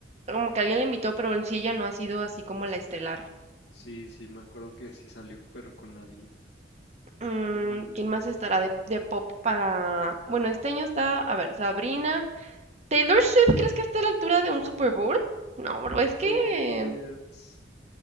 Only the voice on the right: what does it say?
como que alguien la invitó, pero en sí ella no ha sido así como la estelar.
Mm,
¿quién más estará de, de pop para...? Bueno, este año está, a ver, Sabrina. ¿Taylor Swift crees que está a la altura de un Super Bowl? No, bro, es que...